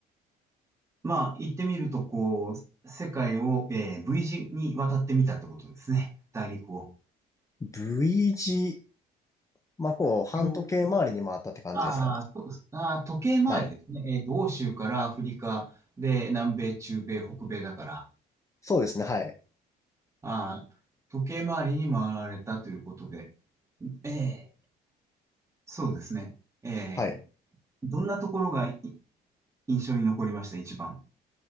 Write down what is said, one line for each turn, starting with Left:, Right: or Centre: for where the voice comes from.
Right: まあ、言ってみると、こう、世界を、えー V 字に渡ってみたってことですね。大陸を。
Left: V 字、まあ、こう、半時計回りに回ったって感じですかね。
Right: よ、あーそうあー、時計回りですね。
Left: はい。
Right: えーと、欧州からアフリカで、南米、中米、北米だから、
Left: そうですね。はい。
Right: あー時計回りに回られたということで、えーそうですね。えー
Left: はい。
Right: どんなところがい印象に残りました、一番。